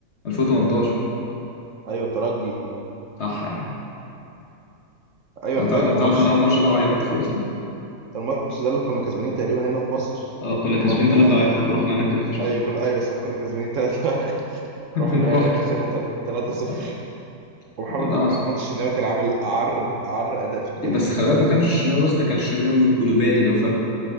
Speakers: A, on the left; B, on the right.
A: 2018
B: ايوه الترجي
A: صح يا عم
B: ايوه
A: انت
B: انا فاكر
A: تعرف أنت
B: الماتش
A: تعرف ان انا الماتش ده عيطت فيه اصلا
B: الماتش ده اللي كنا كسبانين تقريبا هنا في مصر
A: اه كنا كاسبين
B: ورحنا
A: 3-1 ورحنا هناك اتفشخنا
B: ايوه كنا ايوه صح كنا كسبانين 3 <laughs>
A: <laughs>
B: رحنا هناك
A: رحت
B: خسرنا 3 0
A: آه،
B: ومحمد
A: والله العظيم
B: محمد الشناوي كان عامل أعر أعر أداء في التاريخ
A: بس خلي بالك ما كانش الشناوي بس ده كان الشناوي وكولوبالي لو فاكره